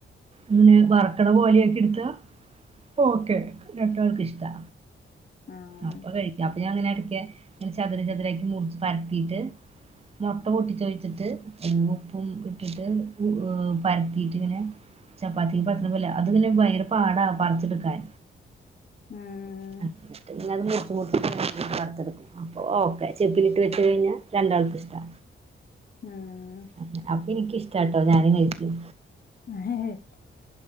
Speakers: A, on the right; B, on the left.
A: ഇങ്ങനെ വർക്കണ പോലെയാക്കി എടുത്താ ഓക്കേ രണ്ടാൾക്കും ഇഷ്ട്ടാ
B: ആഹ്
A: അപ്പൊ കഴിക്കും അപ്പൊ ഞാൻ ഇങ്ങനെ എടക്ക് ഇങ്ങനെ ചതുരം ചതുരാക്കി മുറിച് പരത്തീട്ട് മൊട്ട പൊട്ടിച്ച് ഒഴിച്ചിട്ട് ഏഹ് ഉപ്പും ഇട്ടിട്ട് ഊ പരത്തിയിട്ട് ഇങ്ങനെ ചപ്പാത്തിക്ക് പരത്തണ പോലെ അത് പിന്നെ ഭയങ്കര പാടാ പറിച്ചെടുക്കാൻ
B: ഉം
A: <unintelligible> മൂപ്പിച്ച് വറത്തെടുക്കും അപ്പോ ഓക്കെ ചെപ്പിലിട്ട് വെച്ച് കഴിഞ്ഞാ രണ്ടാൾക്കും ഇഷ്ട്ടാ
B: ആഹ്
A: അങ്ങനെ അപ്പൊ എനിക്കിഷ്ട്ടാട്ടോ ഞാനും കഴിക്കും
B: ആ